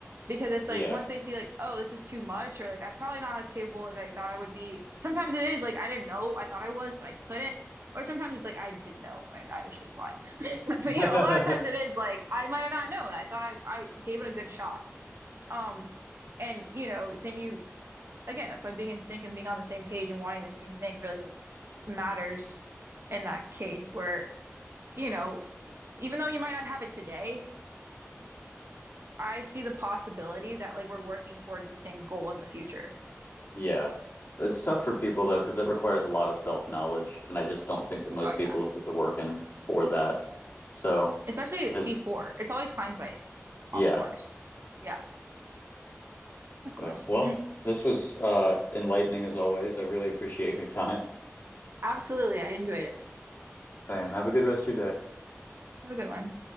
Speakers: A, on the right (about 55°); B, on the left (about 50°).
A: because it's
B: yeah.
A: like once they see like, oh, this is too much, or like I'm probably not as capable as I thought I would be. Sometimes it is like I didn't know I thought I was, but I couldn't. Or sometimes it's like I did not know and I was just lying. <laughs> But
B: <laughs>
A: you know, a lot of times it is like I might have not known. I thought I I gave it a good shot. Um, and you know, then you again, that's why being in sync and being on the same page and wanting the same thing really like matters in that case where you know, even though you might not have it today, I see the possibility that like we're working towards the same goal in the future.
B: Yeah. It's tough for people though, because that requires a lot of self-knowledge, and I just don't think that most
A: Oh yeah.
B: people have put the work in for that. So
A: Especially
B: As
A: before. It's always hindsight,
B: yeah.
A: of course. Yeah, of course.
B: Uh, well, this was uh enlightening as always. I really appreciate your time.
A: <laughs> Absolutely. I enjoyed it.
B: Same. Have a good rest of your day.
A: Have a good one.